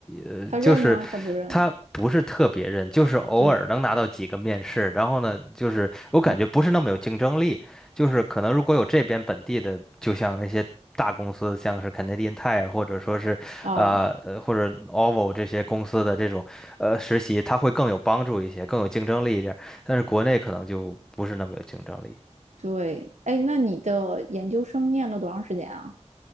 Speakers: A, in the centre; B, on the right (about 80°).
A: 呃就是
B: 他认吗？他不认。
A: 他不是特别认，就是偶尔能拿到几个面试，
B: 对，
A: 然后呢，就是我感觉不是那么有竞争力，
B: 嗯
A: 就是可能如果有这边本地的，就像那些。大公司像是 Canadian Tire 或者说是，
B: 啊，
A: 呃呃或者 OVO 这些公司的这种呃实习，它会更有帮助一些，更有竞争力一点儿但是国内可能就不是那么有竞争力。
B: 对，哎，那你的研究生念了多长时间啊？